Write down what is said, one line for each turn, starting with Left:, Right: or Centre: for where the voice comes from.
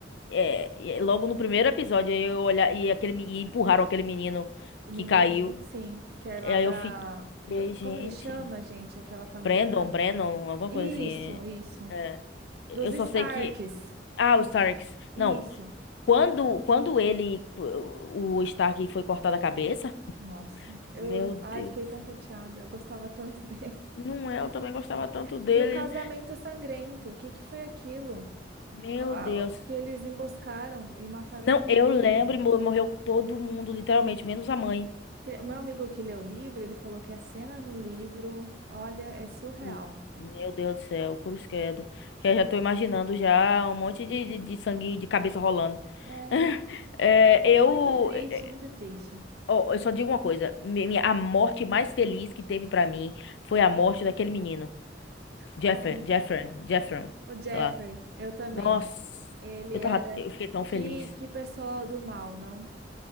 Left: é, e aí logo no primeiro episódio aí eu olhar e aquele me- e empurraram aquele menino
Right: O menininho,
Left: que caiu.
Right: sim, que é lá
Left: E aí
Right: da,
Left: eu fiquei,
Right: do-
Left: gente,
Right: como ele chama, gente? Aquela família
Left: Brandon,
Right: da.
Left: Brandon, alguma
Right: Isso,
Left: coisa assim.
Right: isso.
Left: É, eu
Right: Dos Starks.
Left: só sei que Ah, os Starks.
Right: Isso.
Left: Não. Quando, quando ele, o Stark foi cortado a cabeça,
Right: Nossa, eu,
Left: meu Deus.
Right: ai, fiquei tão chateada. Eu gostava tanto dele. <laughs>
Left: Não é, eu também gostava tanto dele.
Right: E o casamento sangrento, o que que foi aquilo?
Left: Meu
Right: Co- a-
Left: Deus.
Right: o- Que eles emboscaram e mataram
Left: Não,
Right: todo
Left: eu
Right: mundo.
Left: lembro, e mo- morreu todo mundo, literalmente, menos a mãe.
Right: Te- O meu amigo que leu o livro, ele falou que a cena no livro, olha, é surreal.
Left: Hum. Meu Deus do céu, cruz credo. Que eu já tô imaginando já um monte de, de, de sangue de cabeça rolando.
Right: É,
Left: <laughs> É,
Right: ah,
Left: eu,
Right: muito triste,
Left: é,
Right: muito triste.
Left: ó, eu só digo uma coisa. mi- minha- A morte mais feliz que teve pra mim foi a morte daquele menino.
Right: Como
Left: Jeffrey, Jeffrey, Jeffrey,
Right: o Jeffrey,
Left: sei lá.
Right: eu também.
Left: Nossa,
Right: Ele
Left: eu
Right: era
Left: tava, eu fiquei tão feliz.
Right: que que pessoa do mal, não?